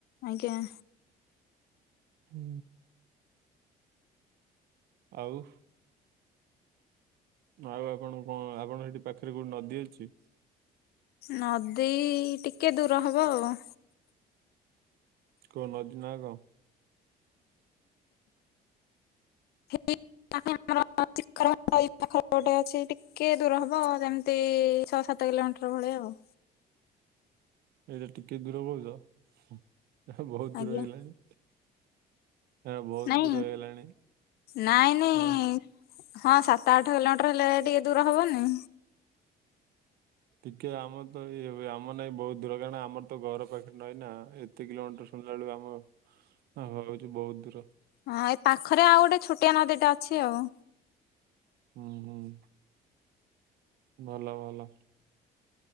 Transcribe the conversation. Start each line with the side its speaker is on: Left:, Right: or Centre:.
Left: ଆଜ୍ଞା।
Right: ହୁଁ। ଆଉ? ଆଉ ଆପଣ କଣ ଆପଣ ସେଠି ପାଖରେ କୋଉଠି ନଦୀ ଅଛି?
Left: ନଦୀ ଟିକେ ଦୂର ହବ ଆଉ।
Right: କୋଉ ନଦୀ ନା କଣ?
Left: <unintelligible> <unintelligible> ଅଛି ଟିକେ ଦୂର ହବ ଯେମିତି ଛଅ ସାତ ସାତ କିଲୋମିଟର ଭଳିଆ ଆଉ।
Right: ଏଇଟା ଟିକେ ଦୂର କହୁଚ। ଏ ବହୁତ
Left: ଆଜ୍ଞା
Right: ଦୂର ହେଇଗଲାଣି। ହଁ ବହୁତ
Left: ନାଇଁ
Right: ଦୂର ହେଇଗଲାଣି
Left: ନାଇଁ ନାଇଁ।
Right: ହଁ
Left: ହଁ ସାତ ଆଠ କିଲୋମିଟର ହେଲେ ଟିକେ ଦୂର ହବନି।
Right: ଟିକେ ଆମର ତ ଇଏ ଆମର ଲାଗି ବହୁତ ଦୂର କାରଣ ଆମର ତ ଘର ପାଖେରେ ନଈ ନା ଏ ଏତେ କିଲୋମିଟର ଶୁଣିଲା ବେଳକୁ ଆମ ଲାଗୁଛି ବହୁତ ଦୂର।
Left: ହଁ ଏ ପାଖରେ ଆଉ ଗୋଟେ ଛୋଟିଆ ନଦୀ ଟା ଅଛି ଆଉ।
Right: ହୁଁ ହୁଁ। ଭଲ ଭଲ।